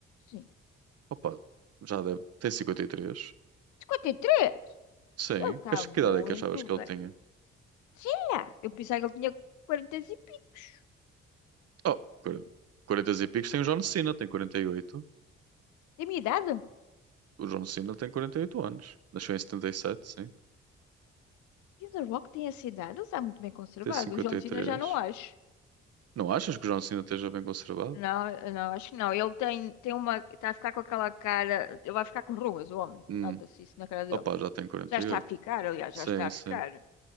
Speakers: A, on the left; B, on the right.
A: Sim.
B: Opa, já deve ter 53.
A: 53?
B: Sim.
A: Ele está
B: Que
A: muito
B: que idade é que achavas que
A: bem.
B: ele tinha?
A: Sei lá. Eu pensava que ele tinha 40 e picos.
B: Oh, quar- 40 e picos tem o John Cena, tem 48.
A: Da minha idade?
B: O John Cena tem 48 anos. Nasceu em 77, sim.
A: E o The Rock tem essa idade? Ele está muito bem conservado.
B: Tem 53.
A: O John Cena já não acho.
B: Não achas que o John Cena esteja bem conservado?
A: Não, não, acho que não. Ele tem, tem uma. Está a ficar com aquela cara. Ele vai ficar com rugas, o homem.
B: Hum.
A: Nota-se isso na cara dele.
B: Opa, já tem 48.
A: Já está a ficar, aliás,
B: Sim,
A: já está a
B: sim.
A: ficar.